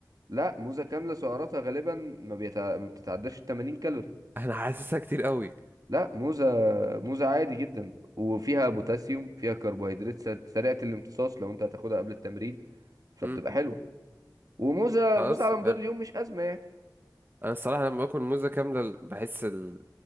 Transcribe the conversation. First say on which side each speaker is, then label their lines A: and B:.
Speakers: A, on the right; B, on the right.
A: لا موزة كاملة سعراتها غالبا ما, بيتع... ما بتتعداش 80 كالوري
B: <laughs> أنا حاسسها كتير قوي
A: لا موزة موزة عادي جدا وفيها بوتاسيوم فيها كربوهيدرات سر... سريعة الامتصاص لو انت هتاخدها قبل التمرين فبتبقى
B: م.
A: حلوة وموزة
B: خلاص
A: موزة على مدار
B: حلو
A: اليوم مش أزمة يعني
B: أنا الصراحة لما باكل موزة كاملة ال- بحس ال...